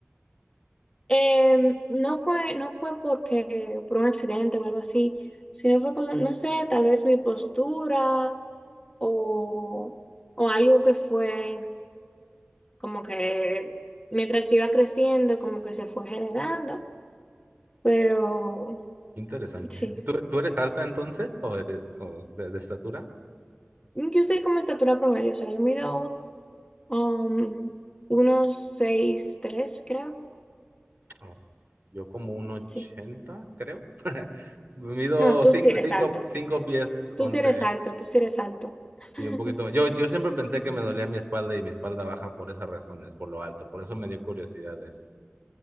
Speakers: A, on the left (about 20°); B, on the right (about 55°).
A: Eh, no fue, no fue porque, por un accidente o algo así, sino fue como, no sé, tal vez mi postura o, o algo que fue como que mientras yo iba creciendo, como que se fue generando, pero
B: Interesante.
A: sí.
B: ¿Tú, tú eres alta entonces o, eres- o de, de estatura?
A: Yo soy como estatura promedio, o sea, yo mido um, unos seis tres creo.
B: Oh, Yo como un 80,
A: Sí.
B: creo. <laughs> Mido
A: No, tú
B: 5
A: sí eres alto.
B: pies
A: Tú
B: 11.
A: sí eres alto, tú sí eres alto. <laughs>
B: Sí, un poquito. Yo, yo siempre pensé que me dolía mi espalda y mi espalda baja por esas razones, por lo alto. Por eso me dio curiosidad eso.